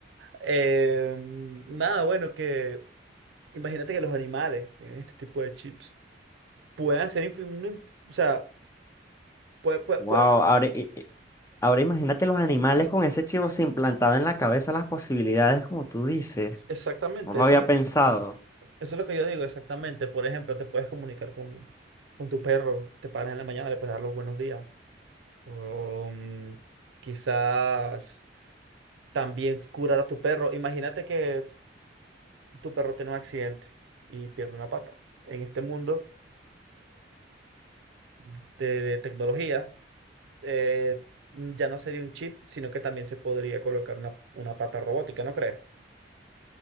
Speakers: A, on the right; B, on the left.
A: eh, nada, bueno, que. Imagínate que los animales tienen este tipo de chips. puedan hacer infi- un im- o sea, puede, puede-
B: wow,
A: puede-
B: ahora, i- i- ahora imagínate
A: ujú,
B: los animales con ese chivo implantado en la cabeza, las posibilidades como tú dices.
A: exactamente,
B: No lo
A: eso,
B: había pensado.
A: eso es lo que yo digo, exactamente. Por ejemplo, te puedes comunicar con, con tu perro, te paras en la mañana, le puedes dar los buenos días. O, mm, quizás también curar a tu perro. Imagínate que tu perro tiene un accidente y pierde una pata. En este mundo de, de tecnología, eh, ya no sería un chip, sino que también se podría colocar una, una pata robótica, ¿no crees?